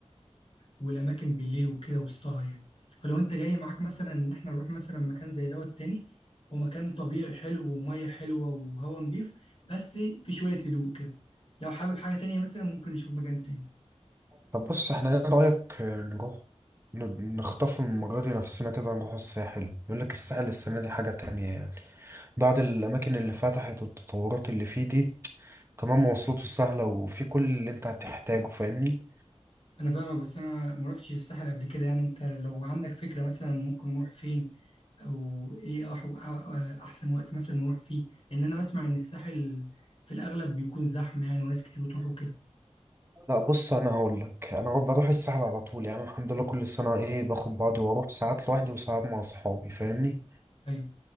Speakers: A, on the left; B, on the right.
A: والاماكن بالليل وكده والسهر يعني فلو انت جاي معاك مثلا ان احنا نروح مثلا مكان زي دوت تاني هو مكان طبيعي حلو وميه حلوه وهوا نضيف بس في شويه هدوء كده لو حابب حاجه تانية مثلا ممكن نشوف مكان تاني
B: طب بص إحنا إيه رأيك نروح ن- نخطف المرة دي نفسنا كده نروح الساحل يقول لك الساحل السنة دي حاجة تانية يعني بعد الأماكن اللي فتحت والتطورات اللي فيه دي كمان مواصلاته سهلة وفي كل اللي أنت هتحتاجه فاهمني
A: انا فاهمك بس انا ما رحتش الساحل قبل كده يعني انت لو عندك فكره مثلا ممكن نروح فين او ايه أح- أ- احسن وقت مثلا نروح فيه لان انا بسمع ان الساحل في الاغلب بيكون زحمه يعني وناس كتير بتروح وكده
B: لا بص انا هقول لك انا بروح الساحل على طول يعني الحمد لله كل سنه ايه باخد بعضي واروح ساعات لوحدي وساعات مع اصحابي فاهمني
A: ايوه